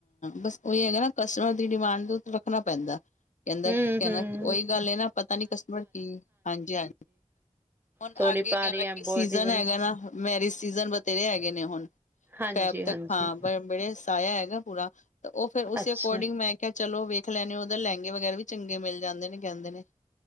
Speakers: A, on the left; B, on the right.
A: ਬਸ ਉਹੀ ਹੈਗਾ ਨਾ ਕਸਟਮਰ ਦੀ ਡਿਮਾਂਡ ਤੋਂ ਰੱਖਣਾ ਪੈਂਦਾ ਕਹਿੰਦਾ-ਕਹਿੰਦਾ
B: ਹੂੰ ਹੂੰ
A: ਉਹੀ ਗੱਲ ਨਾ ਪਤਾ ਨੀ ਕਸਟਮਰ ਕੀ ਹਾਂਜੀ- ਹਾ ਹੁਣ
B: ਥੋੜੀ
A: ਆਗੇ
B: ਭਾਰੀ
A: ਕਹਿਣਾ ਕਿ
B: ਐਬੋਰਡੀਬਲ
A: ਸੀਜਨ ਹੈਗਾ ਨਾ ਮੈਰਿਜ ਸੀਜਨ ਬਥੇਰੇ ਹੈਗੇ ਨੇ ਹੁਣ
B: ਹਾਂਜੀ
A: ਤ
B: ਹਾਂਜੀ
A: ਹਾਂ ਬ ਮੇਰੇ ਸ ਆਇਆ ਹੈਗਾ ਪੂਰਾ ਉਹ ਫੇਰ ਉਸੇ
B: ਅੱਛਾ
A: ਅਕੋਰਡਿੰਗ ਮੈਂ ਕ ਚਲੋ ਵੇਖ ਲੈਂਣੇ ਉਹਦੇ ਲਹਿੰਗੇ ਵਗੈਰਾ ਵੀ ਚੰਗੇ ਮਿਲ ਜਾਂਦੇ ਨੇ ਕਹਿੰਦੇ ਨੇ